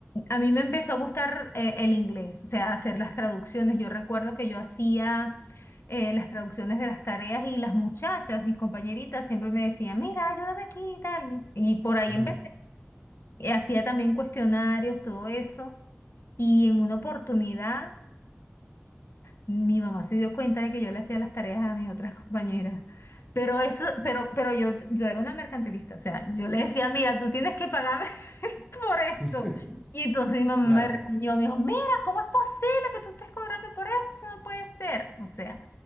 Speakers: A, on the left (about 60°); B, in the centre.
A: a mí me empezó a gustar eh, el inglés, o sea, hacer las traducciones. Yo recuerdo que yo hacía eh, las traducciones de las tareas y las muchachas, mis compañeritas, siempre me decían, mira, ayúdame aquí y tal. Y por ahí
B: Ujú.
A: empecé. Y hacía también cuestionarios, todo eso. Y en una oportunidad, mi mamá se dio cuenta de que yo le hacía las tareas a mis otras compañeras. Pero eso, pero, pero yo, yo era una mercantilista. O sea, yo le decía, mira, tú tienes que pagarme <laughs> por esto.
B: <laughs>
A: Y entonces mi mamá
B: Claro.
A: me regañó, me dijo, mira, ¿cómo es posible que tú estés cobrando por eso? Eso no puede ser. O sea,